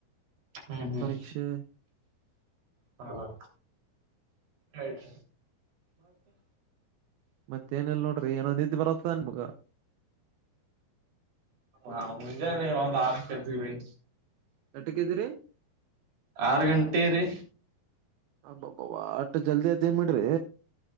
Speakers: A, on the right (about 65°); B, on the right (about 80°).
A: ಹ್ಮ್ ಹ್ಮ್
B: ಪರೀಕ್ಷೆ
A: ಹಾ ಆಯ್ತ
B: ಮತ್ತೇನೆಲ್ಲ ನೋ ನೀತಿ ಪತನ್ ಮುಗ
A: ಹ ಮುಂಜಾನ ನೀ ಆರು ಕೇತಕ್ರಿ
B: ಎಟಕ್ಕಿದ್ದೀರಿ
A: ಆರು ಗಂಟೆ ರೀ
B: ಹಬಬ ಆಟು ಜಲ್ದಿ ಅದೇನ್ ಮಾಡಡ್ರಿ